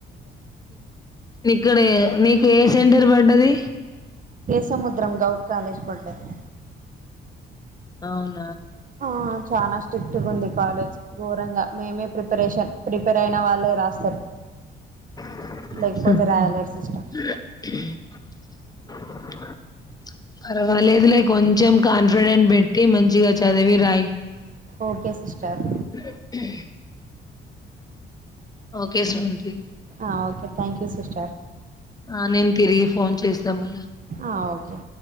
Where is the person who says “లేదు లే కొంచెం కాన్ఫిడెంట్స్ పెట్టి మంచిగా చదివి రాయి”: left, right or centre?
Left